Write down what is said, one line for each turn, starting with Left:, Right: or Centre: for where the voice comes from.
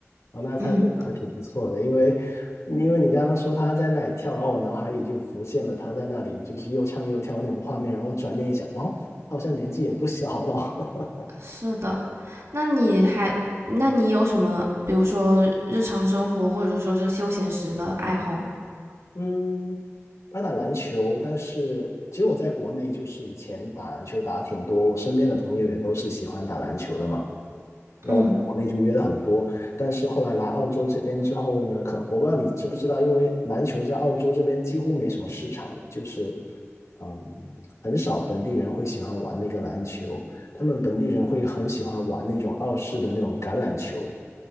Left: 哦，那他这个还挺不错的，
Right: 嗯，
Left: 因为因为你刚刚说他在那里跳，然后我脑海里就浮现了他在那里就是又唱又跳那种画面，然后转念一想，哇，他好像年纪也不小了。
Right: 是的。那你还，那你有什么，比如说日常生活或者说是休闲时的爱好吗？
Left: <laughs> 嗯，他打篮球，但是其实我在国内就是以前打篮球打得挺多，我身边的朋友也都是喜欢打篮球的嘛。然后我们在国内就约了很多，
Right: 嗯，
Left: 但是后来来澳洲这边之后呢，可我不知道你知不知道，因为篮球在澳洲这边几乎没什么市场了，就是嗯，很少本地人会喜欢玩那个篮球，他们本地人会很喜欢玩那种澳式的那种橄榄球。